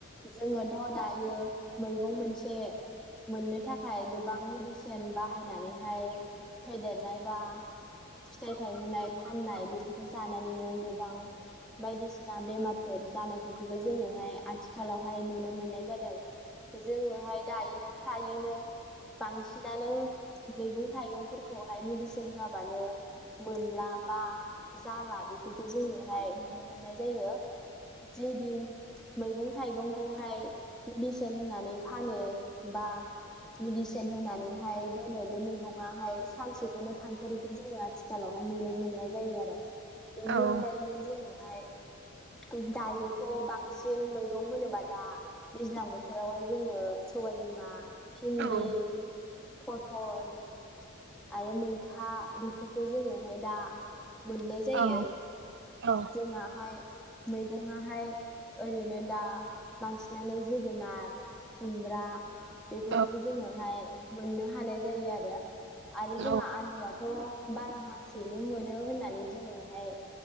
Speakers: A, in the centre; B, on the right.
A: जोंङो दाउ दायो मैगं मोनसे मोननो थाखाय गोबां मेडिसि सेन बाहायनानैहाय फेदेरनाय बा फिथाइ थायहोनाय फाननाय बेफोरखौ जानानैनो गोबां बायदिसिना बेमार फोर जानायफोरखौबो जोंङोहाय आथिखालावहाय नुनो मोननाय जादों जोंङोहाय दायो फ्रायैनो बांसिनानो मैगं थाइगंफोर खौहाय मेदिसिन होआबानो मोनला बा जाला बेफोरखौ जोंङो फाय नुनो मोननाय जायो जि दिन मैगं थाइगंखौहाय मेडिसिन होनानै फानो बा मेडिसिन होनानैहाय दोनो बे मैगंआ हाय सानसेखौनो थांथेरैखौ जोंङो आथिखालावहाय नुनो मोननाय जायो आरो बेनि
B: औ
A: अनगायैनो
B: औ
A: जोंङो आमाफाय दायोथ' बांसिन मैगं होनोबा दा दैज्लां बोथोरावहाय जोंङो सबायबिमा भिन्दि
B: औ
A: फ'टल आरो मैथा बेफोरखौ जोंङोहाय दा मोननाय जायो
B: नंगौ औ औ
A: जोंहाय मैगंङाहाय ओरैनो दा बांसिनानो जोगोनार खुमब्रा बेफोरखौबो
B: औ
A: जोंङोहाय मोननो हानाय जायो आरो आरो
B: औ
A: जोंहा आलुआथ' बार' मासयैनो मोनो होननानै जोङोहाय